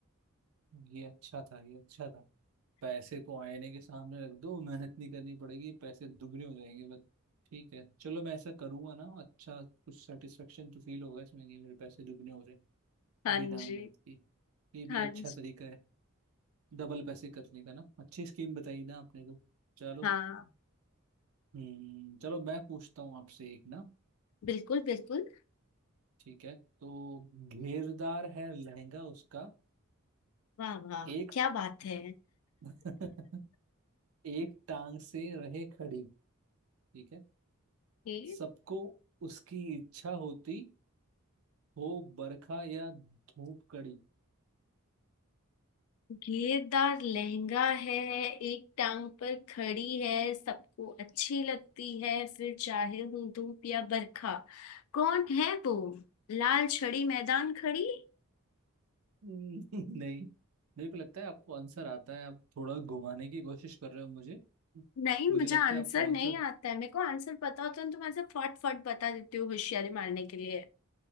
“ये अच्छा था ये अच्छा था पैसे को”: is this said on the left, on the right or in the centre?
Right